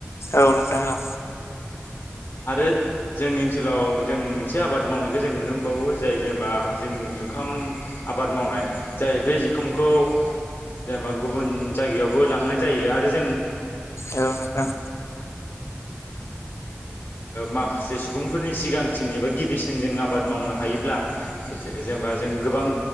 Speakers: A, on the left (about 85°); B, on the left (about 60°).
A: औ नोंथां औ
B: <inaudible> आरो जोंनि ओनसोलाव जों मोनसे आबाद मावनायखौ जों नुनो मोनबावो जाय जेनेबा जों ज जुखाम आबाद मावनाय जाय बे जुखामखौ जेनेबा गुबुन जायगायावबो लांनाय जायो आरो जों
A: औ नोंथां
B: माखासे सुबुंफोरनि सिगांसिन एबा गिबिसिन जों आबाद मावनो हायोब्ला जेनेबा जों गोबां